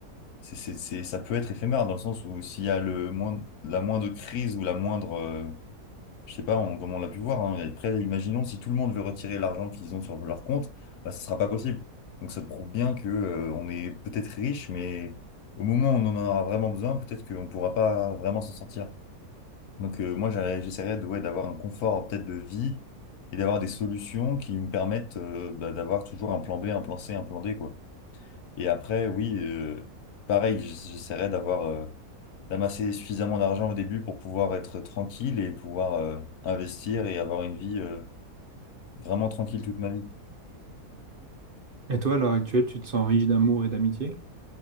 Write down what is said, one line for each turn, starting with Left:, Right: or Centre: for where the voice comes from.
Left: c'est, c'est, c'est- ça peut être éphémère dans le sens où s'il y a le moindre, la moindre crise ou la moindre, euh, je sais pas, on- comme on l'a pu voir, hein, et après, imaginons si tout le monde veut retirer l'argent qu'ils ont sur leur compte, bah, ce sera pas possible. Donc ça prouve bien que, euh, on est peut-être riche, mais au moment où on en aura vraiment besoin, peut-être qu'on pourra pas vraiment s'en sortir. Donc euh, moi, j'aurais- j'essaierais de, ouais, d'avoir un confort peut-être de vie et d'avoir des solutions qui me permettent, euh, bah, d'avoir toujours un plan B, un plan C, un plan D, quoi. Et après, oui, euh, pareil, j'ess- j'essaierai d'avoir, euh, d'amasser suffisamment d'argent au début pour pouvoir être tranquille et pouvoir, euh, investir et avoir une vie, euh, vraiment tranquille toute ma vie.
Right: Et toi, à l'heure actuelle, tu te sens riche d'amour et d'amitié?